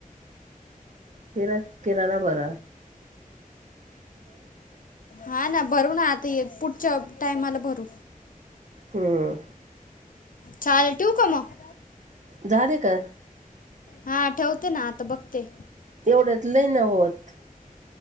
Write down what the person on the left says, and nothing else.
हा ना भरू ना आता पुढच्या टाइमाला भरू
चाल ठेऊ का मग
हा ठेवते ना आता बघते